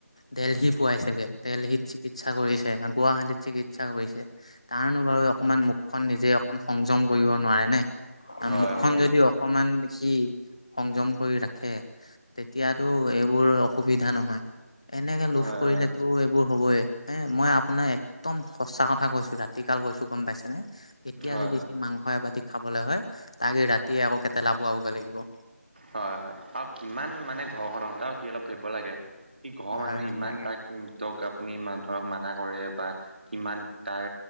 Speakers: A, on the left; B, on the right.
A: দেলহি পোৱাই চাগে দেলহিত চিকিৎসা কৰিছে, গুৱাহাটীত চিকিৎ ইচ্ছা কৰিছে তাৰনো বাৰু অকমান মুখখন নিজে অকণ সংযম কৰিব নোৱাৰে নে? আৰু
B: হয়
A: মুখখন
B: হয়
A: যদি
B: হয়
A: অকমান সি সংযম কৰি ৰাখে তেতিয়াতো এইবোৰ অসুবিধা নহয়। এনেকে লোভ
B: হয়
A: কৰিলেতো এইবোৰ হ'বই, এ মই আপোনাৰ একদম সঁচা কথা কৈছো ৰাতি কাল কৈছো গম পাইছে নে? এতিয়া
B: হয়
A: যদি
B: হয় হয়
A: সি মাং হয়া বাতি খাবলৈ হয় তাকে ৰাতিয়ে আকৌ কেটেলা পোৱাবগৈ লাগিব।
B: হয় হয় আৰু কিমান মানে ঘৰখনৰ তাৰ সি অলপ ধৰিব লাগে, সি ঘৰৰ
A: ভাবিব
B: মানুহে
A: নালাগে
B: ইমান তাক উম তেওঁক আপুনি মা ধৰক মানা কৰে বা কিমান তাৰ